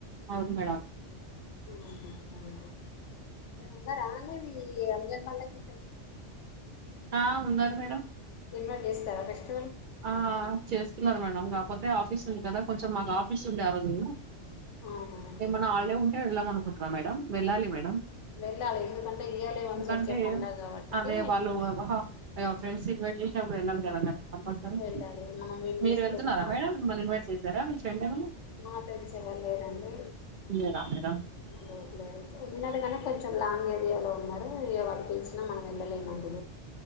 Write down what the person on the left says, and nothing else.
ఇవర ఉన్నా రానే రంజాన్ పళ్లాకి ఫ్రె
ఇన్వైట్ చేస్తారా ఫస్ట్
అవునా
వెళ్ళాలి ఎందుకంటే ఇయర్లీ వన్స్
వచ్చే పండగ కాబట్టికి
వెళ్ళాలి మనం మనం ఏం
చేస్తం
ఉన్నా
మా ఫ్రెండ్స్ ఎవరు లేరుండి.
లేర్ లేర్ ఉన్నరు గానీ కొంచెం లాంగ్ ఏరియాలో ఉన్నారు ఇ వాళ్ళు తెలిసినా మనం వెళ్ళలేము అండి.